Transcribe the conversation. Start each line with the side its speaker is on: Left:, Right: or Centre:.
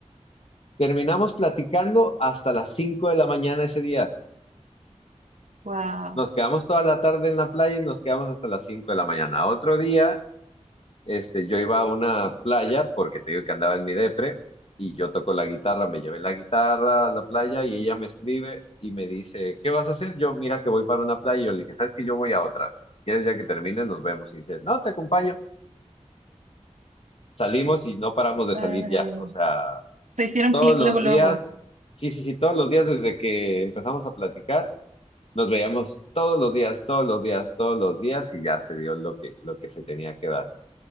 Left: terminamos platicando hasta las 5 de la mañana ese día.
Right: Wow.
Left: Nos quedamos toda la tarde en la playa y nos quedamos hasta las 5 de la mañana. Otro día este, yo iba a una playa porque te digo que andaba en mi depre y yo toco la guitarra, me llevé la guitarra a la playa y ella me escribe y me dice, ¿qué vas a hacer? Yo, mira que voy para una playa y yo le dije, ¿sabes que Yo voy a otra. Si quieres ya que termine, nos vemos. Y dice, no, te acompaño. Salimos y no paramos de
Right: Padre.
Left: salir ya. O sea,
Right: Se hicieron
Left: todos
Right: clic
Left: los
Right: luego, luego.
Left: días, sí, sí, sí, todos los días desde que empezamos a platicar. Nos veíamos todos los días, todos los días, todos los días y ya se dio lo que, lo que se tenía que dar.